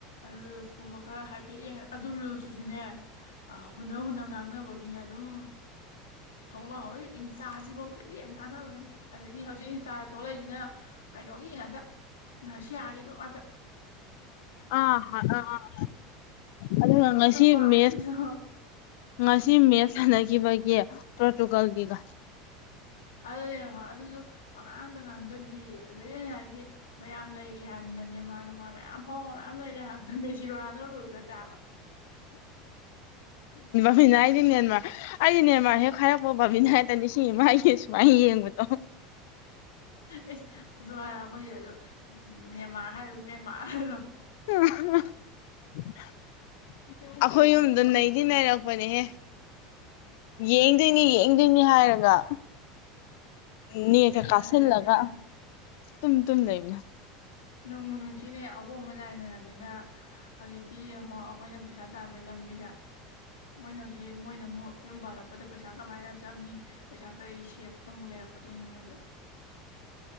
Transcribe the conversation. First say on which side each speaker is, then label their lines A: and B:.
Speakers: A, on the left (about 75°); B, on the left (about 60°).
A: ꯔꯤꯜꯁ ꯀꯨꯝꯕ ꯈꯔ ꯍꯥꯏ ꯍꯥꯏꯐꯦꯠ ꯌꯦꯡꯉ ꯑꯗꯨ ꯔꯨꯜꯇꯨꯁꯨꯅꯦ ꯍꯨꯟꯅ ꯍꯨꯟꯅ ꯉꯥꯡꯅꯕꯒꯤꯅꯦ ꯑꯗꯨꯝ ꯊꯣꯛꯂꯛꯍꯧꯋꯏ ꯏꯟꯁꯇꯥꯁꯤꯐꯧꯗ ꯂꯦꯝꯅ ꯊꯥꯅꯕ ꯅꯠꯇꯦ ꯑꯩꯗꯤ ꯍꯧꯖꯤꯛ ꯏꯟꯁꯇꯥꯗ ꯊꯣꯛꯂꯛꯏꯁꯤꯅ ꯀꯩꯅꯣꯒꯤ ꯉꯥꯗ ꯉꯥꯁꯤ ꯌꯥꯒꯤꯗꯨ ꯑꯥꯗ
B: ꯑ ꯑꯥ ꯑꯗꯨꯒ
A: ꯃꯊꯛꯇ
B: ꯉꯁꯤ
A: ꯄꯥꯏꯕꯤꯗꯣ
B: ꯃꯦꯠ ꯉꯁꯤ ꯃꯦꯠ ꯁꯥꯟꯅꯈꯤꯕꯒꯤ ꯄꯣꯔꯇꯨꯒꯜꯒꯤꯒ
A: ꯑꯗꯨꯅꯦ ꯑꯗꯨꯁꯨ ꯄꯉꯥꯡꯗ ꯉꯥꯡꯁꯤꯜꯂꯤ ꯑꯗꯨꯏ ꯑꯩꯅ ꯍꯥꯏꯗꯤ ꯃꯌꯥꯝ ꯂꯩꯔꯤ ꯍꯥꯏꯕꯗ ꯅꯦꯃꯥꯔ ꯅꯨꯡꯃꯥꯔ ꯃꯌꯥꯝ ꯐꯥꯎꯕ ꯃꯌꯥꯝ ꯂꯩꯔꯤ ꯍꯥꯏꯕꯗꯦ ꯀꯤꯔꯣꯅꯥꯅ ꯂꯣꯏꯕ ꯅꯠꯇꯦꯕ
B: ꯕꯥꯕꯤꯅꯥ ꯍꯥꯏꯗꯤꯅꯦꯃ ꯑꯩꯗꯤꯅꯦ ꯃꯥ ꯍꯦꯛ ꯈꯥꯏꯔꯛꯄ ꯕꯥꯥꯕꯤꯅ ꯍꯥꯏꯗꯅꯤ ꯁꯤꯅꯦꯃ ꯑꯩꯒꯤꯦ ꯁꯨꯃꯥꯏꯅ ꯌꯦꯡꯕꯗꯣ
A: ꯑꯦꯁ ꯑꯗꯨ ꯍꯥꯏꯔ ꯑꯩꯈꯣꯏ ꯁꯤꯗꯁꯨ ꯅꯦꯟꯃꯥꯔ ꯍꯥꯏꯕ ꯃꯦꯟꯃꯥꯔ ꯍꯥꯏꯗꯣ
B: <unintelligible> ꯑꯩꯈꯣꯏ ꯌꯨꯝꯗ ꯅꯩꯗꯤ ꯅꯅꯥꯩꯔꯛꯄꯅꯦꯍꯦ ꯌꯦꯡꯗꯣꯏꯅꯤ ꯌꯦꯡꯗꯣꯏꯅꯤ ꯍꯥꯏꯔꯒ ꯅ
A: ꯁꯦꯠꯊ
B: ꯆ ꯀꯥꯁꯦꯟ
A: ꯂꯩꯔꯕꯅꯤꯅ
B: ꯂꯥꯛꯒ ꯇꯨꯝ ꯇꯨꯝ ꯂꯩꯅ
A: ꯅꯣꯡꯃꯨ ꯅꯨꯡꯁꯤꯅꯦ ꯑꯍꯣꯡꯕ ꯅꯥꯏꯅꯔꯕꯝꯃꯤꯅ ꯍꯧꯖꯤꯛꯇꯤ ꯌꯦꯡꯉꯣ ꯑꯩꯈꯣꯏꯅ ꯄꯩꯁꯥ ꯇꯥꯝꯃꯦ ꯂꯝꯕꯤꯗ ꯃꯣꯏꯅ ꯍꯧꯖꯤꯛ ꯃꯣꯏꯅ ꯑꯃꯨꯛ ꯌꯨꯝ ꯄꯥꯜꯂꯛꯄꯗ ꯄꯩꯁꯥ ꯀꯃꯥꯏꯅ ꯆꯪꯉꯤ ꯄꯩꯁꯥ ꯀꯔꯤ ꯁꯦꯞꯇ ꯑꯃꯨꯛ ꯂꯩꯔꯛꯀꯗꯣꯏꯅꯣ ꯃꯣꯏꯁꯨ